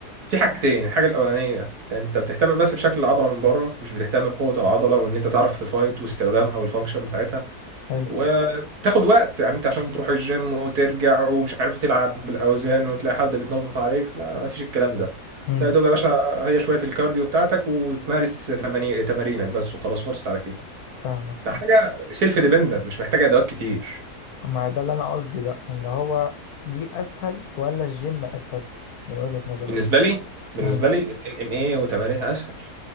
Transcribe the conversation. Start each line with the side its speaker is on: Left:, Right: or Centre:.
Right: في حاجتين الحاجة الأولانية أنت بتهتم بس بشكل العضلة من بره مش بتهتم بقوة العضلة وإن أنت تعرف تفايت واستخدامها والفانكشن بتاعتها
Left: حلو
Right: وتاخد وقت يعني أنت عشان تروح الجيم وترجع ومش عارف تلعب بالأوزان وتلاقي حد بيتنطط عليك لا مفيش الكلام ده
Left: امم
Right: أنت يا دوب يا باشا هي شوية الكارديو بتاعتك وتمارس تماري- تمارينك بس وخلاص خلصت على كده
Left: فاهمك
Right: فحاجة
Left: فاهمك.
Right: سيلف ديبندنت مش محتاجة أدوات كتير
Left: ما ده اللي انا قصدي بقى ان هو دي اسهل ولا الجيم اسهل من وجهة نظرك
Right: بالنسبة لي بالنسبة
Left: امم
Right: لي الام ام اي وتمارينها أسهل